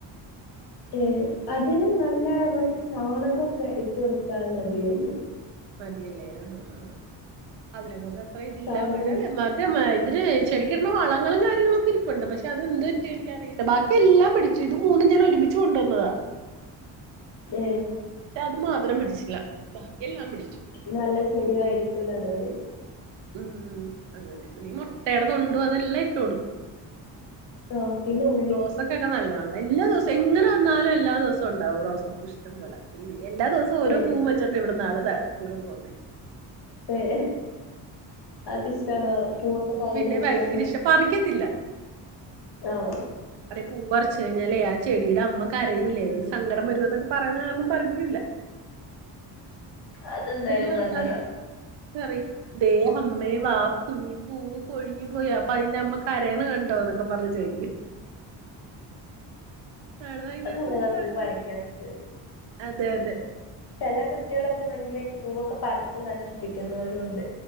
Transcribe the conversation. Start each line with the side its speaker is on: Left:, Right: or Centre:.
Left: ഏഹ് അതിന് നല്ല മറ്റേ ചാണകം ഒക്കെയിട്ട് കൊടുത്താൽ മതിയെന്ന്.
Right: മതിയല്ലേ ആഹ് ആഹ് ആഹ് ആഹ് അതിനെ കുറിച്ച് അത്ര ഇതില്ല
Left: ചാണകം
Right: പക്ഷേ <unintelligible> മതിര് ചെടിക്ക് ഇടുന്ന വളങ്ങളും കാര്യങ്ങളൊക്കെ ഇരിപ്പുണ്ട് പക്ഷെ അത്എന്ത് പറ്റി എനിക്കറി ബാക്കി എല്ലാം പിടിച്ചു ഇത് മൂന്നും ഞാൻ ഒരുമിച്ച് കൊണ്ടുവന്നതാ.
Left: ദേ
Right: പക്ഷെ അത് മാത്രം പിടിച്ചില്ല ബാക്കിയെല്ലാം പിടിച്ചു.
Left: നല്ല ചെടി ആയിരിക്കൂല അതോണ്ടാരിക്കും.
Right: ഉംഹ് അങ്ങനെ മുട്ടയെടെ തൊണ്ടും അതെല്ലാം ഇട്ടു കൊടുക്കും.
Left: ആഹ് പിന്നെ ഉഴു
Right: ദോസക്കൊക്കെ നല്ലതണ് എല്ലാം ദോസയും ഇങ്ങനെ വന്നാലും എല്ലാ ദിവസം ഒണ്ടാവും റോസ്പൂ ഇഷ്ടം പോലെ എല്ലാ ദിവസവും ഓരോ
Left: ഏഹ്
Right: പൂവും വച്ച് എന്താ ഇവിടെന്ന് നാളെ സ്കൂളിൽ പോന്നേ.
Left: ഏഹ് അൾക്ക്‌ ഇഷ്ടണോ പൂവൊക്കെ തലേല്
Right: പിന്നെ
Left: വെക്കാന്.
Right: ഭയങ്കര ഇഷ്ട പറിക്കത്തില്ല
Left: ആഹ്
Right: അതെ പൂപറിച്ചു കഴിഞ്ഞാലേ ആ ചെടിയുടെ അമ്മ കരയൂലെന്ന് സങ്കടം വരൂന്നൊക്കെ പറയണ കാരണം പറിക്കൂല്ല.
Left: അത് എന്തായാലും
Right: എന്ന് ഭർത്താവിനോട്
Left: നല്ലതാ.
Right: പറയും ദേ അമ്മേ വാ കുഞ്ഞി പൂവ് പൊഴിഞ്ഞി പോയി അപ്പൊ അതിന്റെ അമ്മ കരയണെ കണ്ടോ എന്ന് പറഞ്ഞു ചോദിക്കും ആള് ഭയങ്കര
Left: അത് നല്ലതാ
Right: സൂപ്പറാണ്
Left: പൂ പറിക്കാത്തത്.
Right: അതെ അതെ.
Left: ചില കുട്ടികളൊക്കെ ഭയങ്കരയായിട്ട് പൂവൊക്കെ പറിച്ച് നശിപ്പിക്കുന്നവരും ഉണ്ട്.